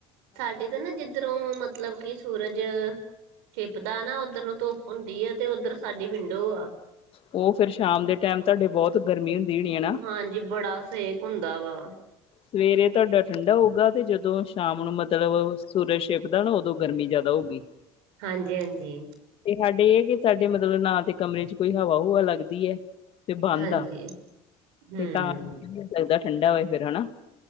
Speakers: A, on the right; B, on the left.
A: ਸਾਡੇ ਤਾਂ ਨਾ ਜਿੱਦ। ਦੁਰੋਂ ਮਤਲਬ ਕਿ ਸੂਰਜ। ਛਿਪਦਾ ਨਾ ਉੱਧਰ ਨੂੰ ਧੁੱਪ ਹੁੰਦੀ ਆ ਤੇ ਉੱਧਰ ਸਾਡੀ ਵਿੰਡੋ ਆ।
B: ਉਹ ਫਿਰ ਸ਼ਾਮ ਦੇ ਟਾਈਮ ਤੁਹਾਡੇ ਬਹੁਤ ਗਰਮੀ ਹੁੰਦੀ ਹੋਣੀ ਹਨਾ।
A: ਹਾਂਜੀ ਬੜਾ ਸੇਕ। ਹੁੰਦਾ ਵਾ।
B: ਸਵੇਰੇ ਤੁਹਾਡਾ ਠੰਡਾ ਹੋਊਗਾ ਤੇ ਜਦੋਂ ਸ਼ਾਮ ਨੂੰ ਮਤਲਬ। ਸੂਰਜ ਛਿਪਦਾ ਨਾ ਉਦੋਂ ਗਰਮੀ ਜ਼ਿਆਦਾ ਹੋਊਗੀ।
A: ਹਾਂਜੀ-ਹਾਂਜੀ।
B: ਤੇ ਸਾਡੇ ਇਹ ਕਿ ਸਾਡੇ ਮਤਲਬ ਨਾ ਤੇ ਕਮਰੇ 'ਚ ਕੋਈ ਹਵਾ ਹੁਵਾ ਲੱਗਦੀ ਹੈ। ਤੇ ਬੰਦ
A: ਹਾਂਜੀ
B: ਆ
A: ਹੂੰ
B: ਤੇ ਤਾਂ ਹੋ ਸਕਦਾ ਜਿਆਦਾ ਠੰਡਾ ਹੋਏ ਫਿਰ ਹਨਾ।